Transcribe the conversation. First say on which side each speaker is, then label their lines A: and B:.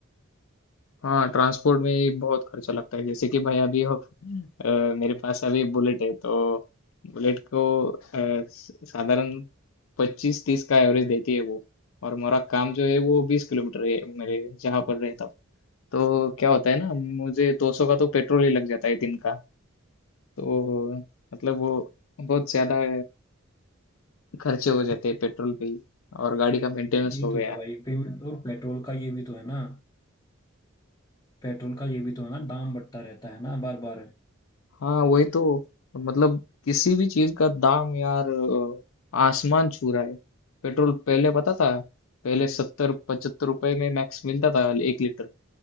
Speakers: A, on the left (about 70°); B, on the left (about 20°).
A: हाँ ट्रांसपोर्ट में ही बहुत खर्चा लगता है जैसे कि भाई अभी हो- अ, मेरे पास अभी बुलेट है तो बुलेट को अ, स- साधारण पच्चीस तीस का एवरेज देती है वो और मेरा काम जो है वो बीस किलोमीटर है मेरे जहाँ पर रहता हूँ तो क्या होता है ना मुझे दो सौ का तो पेट्रोल ही लग जाता है दिन का तो मतलब वो बहुत ज्यादा खर्चे हो जाते हैं पेट्रोल पे ही और गाड़ी का मेंटेनेंस
B: ये
A: हो
B: तो
A: गया
B: है भाई पेमेंट और पेट्रोल का ये भी तो है ना पेट्रोल का ये भी तो है ना दाम बढ़ता रहता है ना बार बार
A: हाँ वही तो मतलब किसी भी चीज का दाम यार अ, आसमान छू रहा है पेट्रोल पहले पता था पहले सत्तर पचहत्तर रुपए में मैक्स मिलता था एक लीटर